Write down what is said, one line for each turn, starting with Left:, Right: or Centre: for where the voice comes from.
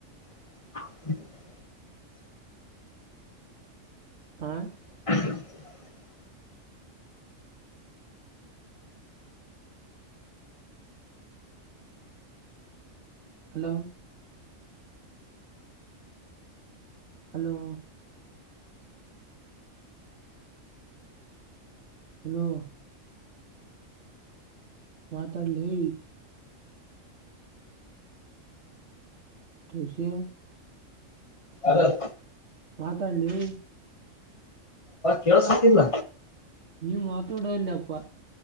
Left: <inaudible>
Right: ಹಾ
Left: <inaudible>
Right: ಹಲೋ ಹಲೋ ಹಲೋ ಮಾತಾಡ್ ಲೇ ತುಳ್ಸಿ
Left: ಆಧರ್
Right: ಮಾತಾಡ್ ಲೇ
Left: ಕೇಳ್ಸ್ತತಿಲ್ಲ
Right: ನೀವ್ ಮಾತಾಡೇ ಇಲ್ಯಪ್ಪ